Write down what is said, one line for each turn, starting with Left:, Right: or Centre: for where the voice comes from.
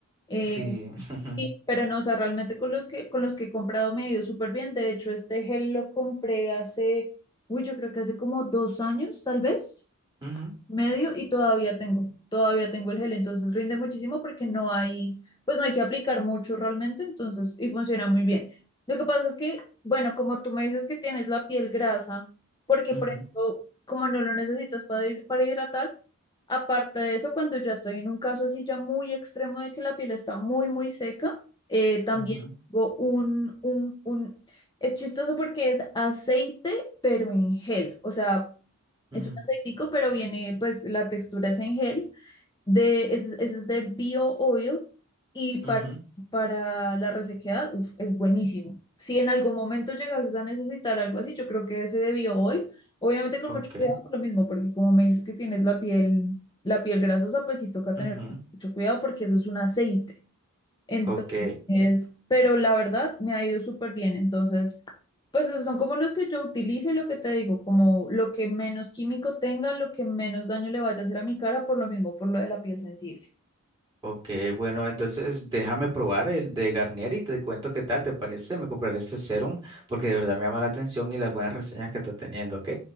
Left: eh,
Right: Sí. <laughs>
Left: y- pero no, o sea, realmente con los que, con los que he comprado me ha ido súper bien. De hecho, este gel lo compré hace, uy, yo creo que hace como dos años, tal vez.
Right: Ujú,
Left: medio y todavía tengo, todavía tengo el gel, entonces rinde muchísimo porque no hay, pues no hay que aplicar mucho realmente, entonces, y funciona muy bien. Lo que pasa es que, bueno, como tú me dices que tienes la piel grasa, porque
Right: ujú,
Left: por ejemplo, como no lo necesitas para, hid- para hidratar, aparte de eso, cuando ya estoy en un caso así ya muy extremo de que la piel está muy, muy seca, eh, también
Right: ujú,
Left: tengo un, un, un, es chistoso porque es aceite, pero en gel, o sea,
Right: ujú,
Left: es un aceitico, pero viene, pues la textura es en gel. De, ese, ese es de Bio Oil y
Right: ujú.
Left: para, para la resequedad, uf, es buenísimo. Si en algún momento llegases a necesitar algo así, yo creo que ese de Bio Oil, obviamente con
Right: Ok.
Left: mucho cuidado por lo mismo, porque como me dices que tienes la piel, la piel grasosa, pues sí toca tener
Right: ujú.
Left: mucho cuidado porque eso es un aceite. Entonces,
Right: Ok.
Left: pero la verdad me ha ido súper bien. Entonces, pues esos son como los que yo utilizo y lo que te digo, como lo que menos químico tenga, lo que menos daño le vaya a hacer a mi cara, por lo mismo, por lo de la piel sensible.
Right: Ok. Bueno, entonces déjame probar el de Garnier y te cuento qué tal te parece. Me compraré ese serum porque de verdad me llama la atención y las buenas reseñas que está teniendo, ¿ok?